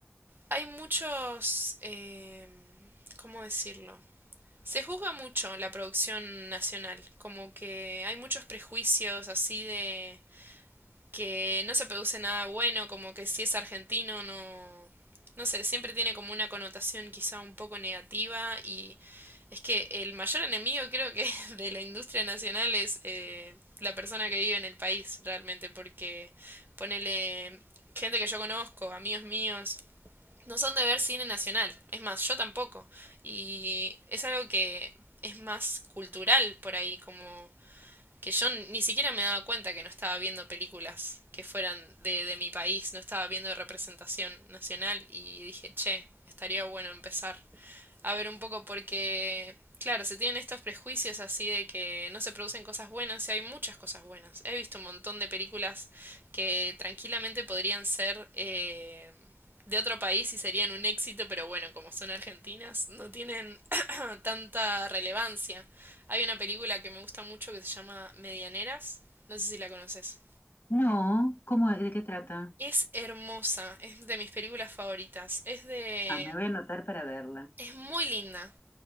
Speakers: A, on the right (about 60°); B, on the left (about 65°).
A: hay muchos... eh, ¿cómo decirlo? Se juzga mucho la producción nacional, como que hay muchos prejuicios así de... que no se produce nada bueno, como que si es argentino no, no sé, siempre tiene como una connotación quizá un poco negativa y es que el mayor enemigo creo que <laughs> de la industria nacional es eh, la persona que vive en el país realmente, porque ponele gente que yo conozco, amigos míos, no son de ver cine nacional, es más, yo tampoco, y es algo que es más cultural por ahí, como que yo ni siquiera me daba cuenta que no estaba viendo películas que fueran de, de mi país, no estaba viendo representación nacional y dije, che, estaría bueno empezar a ver un poco porque, claro, se tienen estos prejuicios así de que no se producen cosas buenas y hay muchas cosas buenas. He visto un montón de películas que tranquilamente podrían ser eh, de otro país y serían un éxito, pero bueno, como son argentinas, no tienen <clears throat> tanta relevancia. Hay una película que me gusta mucho que se llama Medianeras, no sé si la conoces.
B: No, ¿cómo, de qué trata?
A: Es hermosa, es de mis películas favoritas, es de...
B: Ah, me voy a anotar para verla.
A: es muy linda.